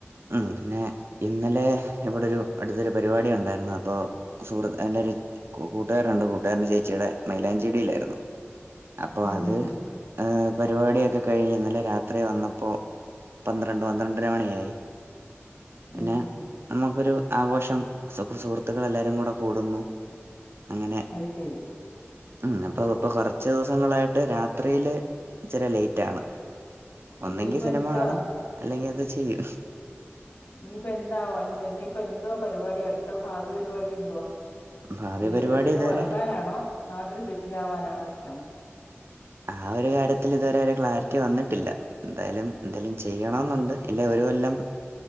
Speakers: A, on the right; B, on the left.
A: ഉം പിന്നെ ഇന്നലെ ഇവിടൊരു അടുത്തൊരു പരിപാടിയൊണ്ടായിരുന്നു അപ്പോ സുഹൃത്ത് എന്റൊരു കൂ കൂട്ടുകാരനൊണ്ട് കൂട്ടുകാരന്റെ ചേച്ചിടെ മൈലാഞ്ചിടിയിലായിരുന്നു അപ്പോ
B: ഉം,
A: അത്
B: ഹും, ഹും.
A: പരുപാടിയൊക്കെ കഴിഞ് ഇന്നല രാത്രി വന്നപ്പോ പന്ത്രണ്ട് പന്ത്രണ്ടര മണിയായി പിന്നെ
B: ഉം, ഹും.
A: നമുക്കൊരു ആഘോഷം സു സുഹൃത്തുക്കൾ എല്ലാരും കൂടെ കൂടുന്നു അങ്ങനെ
B: അയിശെരി
A: ഉം അപ്പൊ ഇപ്പൊ കൊറച്ച് ദിവസങ്ങളായിട്ട് രാത്രീല് ഇച്ചിരി ലെയിറ്റാണ്
B: ഇനിയിപ്പോ
A: ഒന്നെങ്കി സിനിമ
B: എന്താ
A: കാണും അല്ലെങ്കിൽ എന്ത് ചെയ്യും
B: ഇന്നിപ്പ എന്താവ <unintelligible> ഇനിയിപ്പോ എന്തോ പരിപാടി അട്ത്ത ഭാവി പരിപാടി എന്തുവാ
A: ഭാവി
B: വിദേശത്തേക്ക്
A: പരിപാടി ഇതുവരെ
B: പറക്കാനാണോ നാട്ടിൽ സെറ്റിൽ ആവാനാണോ ഇഷ്ടം
A: ആ ഒരു കാര്യത്തില് ഇതുവരെയൊരു ക്ലാരിറ്റി വന്നിട്ടില്ല എന്തായാലും എന്തേലും ചെയ്യണോന്നൊണ്ട് ഇല്ലെ ഒരു കൊല്ലം